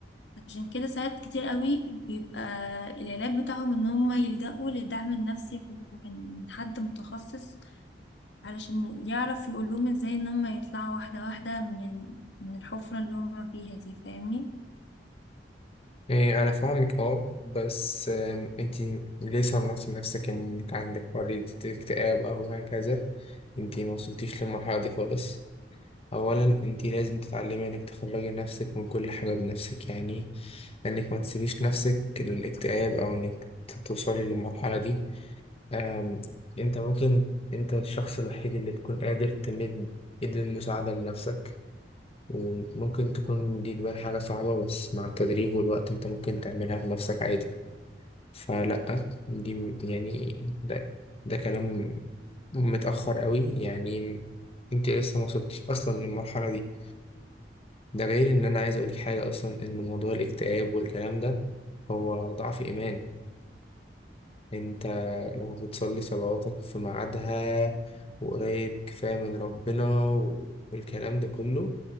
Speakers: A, on the left (about 85°); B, on the left (about 35°).
A: عشان كده ساعات كتير قوي بيبقى العلاج بتاعهم ان هم يلجأوا للدعم النفسي من حد متخصص علشان يعرف يقول لهم ازاي ان هم يطلعوا واحدة واحدة من من الحفرة اللي هم فيها دي فاهمني
B: إيه أنا فاهمك أه بس آم، أنتي ليه صنفتي نفسك إنك عندك مريض اكتئاب أو هكذا أنتي موصلتيش للمرحلة دي خالص أولا أنتي لازم تتعلمي إنك تخرجي نفسك من كل حاجة بنفسك يعني إنك ما تسيبيش نفسك للاكتئاب أو إنك توصلي للمرحلة دي آم، أنت ممكن أنت الشخص الوحيد اللي تكون قادر تمد إيد المساعدة لنفسك وممكن تكون دي تبان حاجة صعبة بس مع التدريب والوقت انت ممكن تعملها بنفسك عادي فلأ دي م- يعني ده ده كلام متأخر قوي يعني انت لسه ما وصلتش اصلا للمرحلة دي ده غير ان انا عايز اقولك حاجة اصلا ان موضوع الاكتئاب والكلام ده هو ضعف ايمان انت لو بتصلي صلواتك في ميعادها وقريب كفاية من ربنا والكلام ده كله